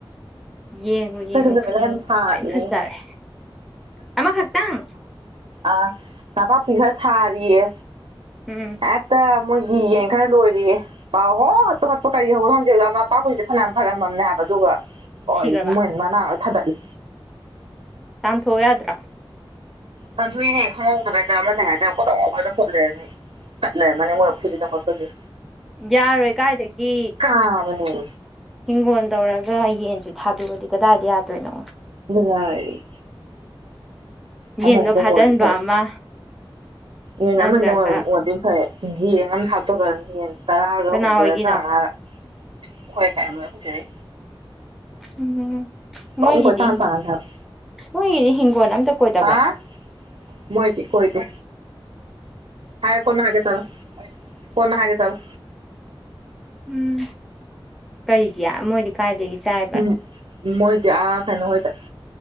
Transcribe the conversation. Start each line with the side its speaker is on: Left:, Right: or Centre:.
Centre: ꯌꯦꯡꯉꯨ ꯌꯦꯡꯉꯨ
Right: ꯑꯩꯈꯣꯏꯁꯨ ꯅꯨꯃꯤꯠ
Centre: ꯈꯨꯗꯤꯡ
Right: ꯂꯩ ꯌꯥꯝ ꯁꯥꯠꯂꯤ
Centre: ꯂꯣꯏ ꯐꯖꯔꯦ ꯑꯃꯈꯛꯇꯪ
Right: ꯑ ꯅꯄꯥꯛꯄꯤ ꯈꯔ ꯊꯥꯔꯤꯌꯦ
Centre: ꯎꯝ
Right: ꯍꯦꯠꯇ ꯃꯣꯏꯒꯤ ꯌꯦꯟ ꯈꯔ ꯂꯣꯏꯔꯤꯌꯦ ꯄꯪꯍꯣꯠꯇ ꯍꯣꯠꯄ ꯀꯔꯤ <unintelligible> ꯅꯄꯥꯛꯄꯤꯁꯦ ꯐꯅꯌꯥꯝ ꯐꯔꯝꯃꯕꯅꯦ ꯍꯥꯏꯕ ꯑꯗꯨꯒ ꯂꯣꯏ
Centre: ꯁꯤꯈ꯭ꯔꯕ
Right: ꯃꯣꯏꯅꯥ ꯃꯅꯥ ꯂꯣꯏ ꯊꯗꯠꯂꯦ
Centre: ꯇꯥꯟꯊꯣꯛꯎ ꯌꯥꯗ꯭ꯔꯥ
Right: ꯇꯥꯟ ꯊꯣꯛꯏꯅꯦ ꯈꯪꯍꯧꯗꯕ ꯍꯦꯛꯇ ꯑꯃꯅ ꯍꯦꯛꯇ <unintelligible> ꯈꯣꯠ ꯂꯩꯔꯝꯅꯤ ꯇꯠ ꯂꯩꯔꯝꯃꯅꯤ ꯃꯣꯏ ꯈꯨꯖꯤꯟꯅ ꯈꯣꯠꯄꯒꯤ
Centre: ꯌꯥꯔꯣꯏ ꯀꯥꯏꯗꯒꯤ
Right: ꯀꯥꯕꯅꯦꯃꯤ
Centre: ꯍꯤꯡꯒꯣꯜ ꯇꯧꯔꯒ ꯌꯦꯟꯁꯨ ꯊꯥꯗꯣꯛꯑꯗꯤ ꯀꯗꯥꯏꯗꯩ ꯌꯥꯗꯣꯏꯅꯣ
Right: ꯅꯨꯉꯥꯏ ꯑꯃꯅꯤꯗꯪ
Centre: ꯌꯦꯟꯗꯣ ꯐꯥꯖꯤꯟꯕ
Right: ꯑꯣꯏꯔꯗꯤ ꯐꯩ
Centre: ꯑꯃ
Right: ꯌꯦꯟ
Centre: ꯅꯠꯇ꯭ꯔꯒ
Right: ꯑꯃꯅꯤꯗꯪ <unintelligible> ꯐꯩ ꯒꯦꯡ ꯑꯃ ꯊꯥꯗꯣꯛꯈ꯭ꯔꯅꯤ ꯌꯦꯟ ꯇꯔꯥꯒ
Centre: ꯀꯅꯥ
Right: ꯍꯨꯝꯗꯣꯏ
Centre: ꯍꯣꯏꯒꯤꯅꯣ
Right: ꯇꯔꯥꯃꯉꯥꯔ <unintelligible> ꯑꯩꯈꯣꯏ ꯆꯦ ꯍꯣꯏ
Centre: ꯎꯝ
Right: ꯄꯨꯡ
Centre: ꯃꯣꯏꯒꯤꯗꯤ
Right: ꯀꯣꯏꯇꯥꯟ ꯇꯥꯟꯅꯅꯤ ꯍꯥꯏꯕ
Centre: ꯃꯣꯏꯒꯤꯗꯤ ꯍꯤꯡꯒꯣꯜ ꯑꯝꯇ ꯀꯣꯏꯗꯕ꯭ꯔꯣ
Right: ꯍꯥ ꯃꯣꯏꯗꯤ ꯀꯣꯏꯗꯦ ꯍꯥꯏꯒꯦ ꯀꯣꯟꯅ ꯍꯥꯏꯒꯦ ꯆꯠꯂꯣ ꯀꯣꯟꯅ ꯍꯥꯏꯒꯦ ꯆꯠꯂꯣ
Centre: ꯎꯝ ꯀꯩꯒꯤ ꯃꯣꯏꯗꯤ ꯀꯥꯏꯗꯒꯤ ꯆꯥꯏꯕꯅꯣ
Right: ꯎꯝ ꯃꯣꯏꯗꯤ ꯑꯥ ꯀꯩꯅꯣꯍꯣꯏꯗ